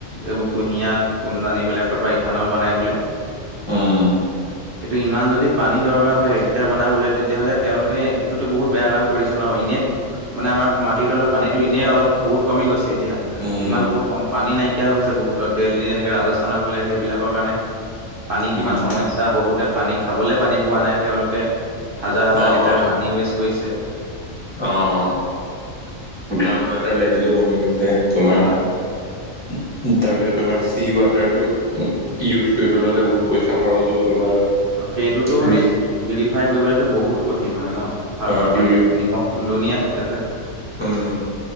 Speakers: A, on the right; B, on the left.
A: এইবোৰ কুঁহিয়াত গোমধান এইবিলাকৰ পৰা ইথানল বনাই বোলে।
B: উম
A: এইটো ইমান যদি পানী দৰকাৰ হয় এক লিটাৰ বনাবলৈ। তেতিয়াহ'লে তেওঁলোকে এইটোতো বহুত বেয়া কাম কৰিছে ন এনে মানে আমাৰ মাটিত অলপ পানীতো এনেই অলপ বহুত কমি গৈছে এতিয়া
B: উম
A: যিমানো বহুত কম পানী নাইকিয়া হৈ গৈছে বহুত ত দিল্লী এনেকে ৰাজস্থানৰ ফালে সেইবিলাকৰ কাৰণে পানী
B: উম
A: কিমান সমস্যা ত বহুতে পানী খাবলে পানী পোৱা নাই তেওঁলোকে হাজাৰ হাজাৰ
B: অ
A: লিটাৰ
B: হয়তো
A: পানী ৱেষ্ট কৰিছে।
B: অ', গ্ৰাউণ্ড ৱাটাৰ লেভেলো কমি গৈছে। তোমাৰ
A: অ
B: তাৰপিছত তোমাৰ চি ৱাটাৰটো ইউজ কৰিবলৈ হ'লে বহুত পইচা খৰচ হ'ব তোমাৰ।
A: সেইটোতো পিউৰিফাই
B: হেৰি
A: কৰিবলেটো বহুত কঠিন হয় ন? সাগৰৰ
B: অ পিউৰি
A: পানীত নিমখ লুনিয়া থাকে যে।
B: উম,